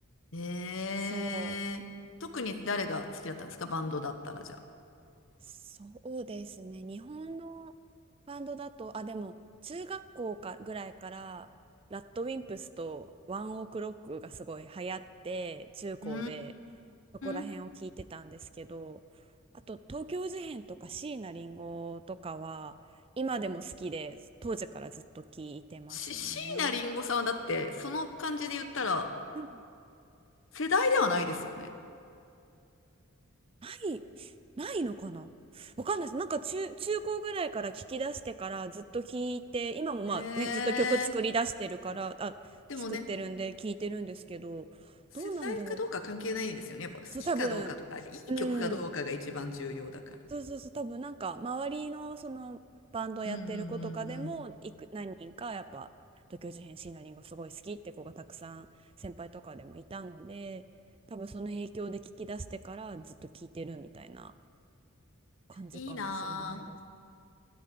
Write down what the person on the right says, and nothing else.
そ
う。そうですね。日本のバンドだと、あ、でも、中学校かぐらいから、ラッドウィンプスとワンオクロックがすごい流行って、中高で
そこら辺を聞いてたんですけど、
あと、東京事変とか椎名林檎とかは、今でも好きで、当時からずっと聞いてますね。
うん
ないないのかなわかんないです。なんか中、中高ぐらいから聞き出してからずっと聞いて、今もまあね、
ずっと曲作り出してるから、
あ、
作ってるんで聞いてるんですけど、
どうなんだろう。
そう、多分、
うん。そうそうそう、多分なんか周りのそのバンドやってる子とかでも、
いく、何人かやっぱ、東京事変椎名林檎すごい好きって子がたくさん先輩とかでもいたので、多分その影響で聞き出してからずっと聞いてるみたいな。感じかもしれないです。